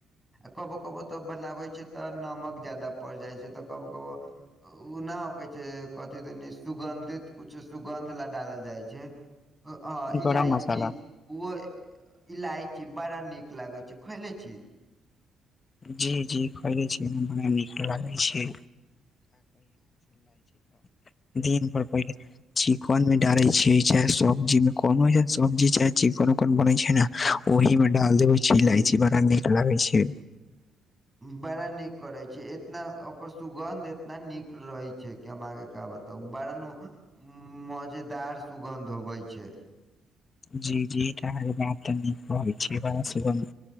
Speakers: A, in the centre; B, on the left.
A: ए कबो-कबो तऽ बनाबै छीयै तऽ नमक जादा पड़ जाए छै तऽ कबो-कबो उ ना होखे छै कथी दीन नी सुगन्धित कुछो सुगन्ध ल डालल जाए छै। अ-अ इलायची
B: गरम मसाला
A: उहो इलायची बड़ा नीक लागे छै खयले छीयै।
B: जी-जी खएले छी, बड़ा नीक लागे छै <unintelligible> <unintelligible> दिन भर पहिले चिकन मे डाले छीयै चाहे सब्जी मे कोनो ऐहेन सब्जी चाहे चिकन-उकन बनै छै नै ओहि में डाल देबय छीयै
A: जी
B: इलायची बड़ा नीक लागे छै।
A: बड़ा नीक करय छीयै इतना ओकर सुगन्ध एतना नीक रहे छै की हम आहां के का बत तऽ बड़ा न उ मजेदार सुगन्ध होबय छै।
B: जी-जी अहां के बात त नीक कहय छीयै बड़ा सुगंध